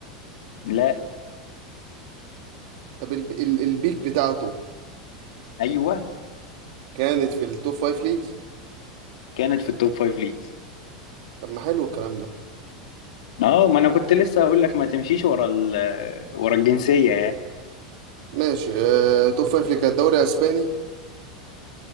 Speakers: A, on the left; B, on the right.
A: لا
B: طب ال... ال... البيك بتاعته
A: ايوه
B: كانت في التوب فايف ليجز
A: كانت في التوب فايف ليجز
B: طب ما حلو الكلام ده
A: اه ما انا كنت لسه هقول لك ما تمشيش ورا ال ورا الجنسية يعني.
B: ماشي آه، توب فايف ليج كان الدوري الاسباني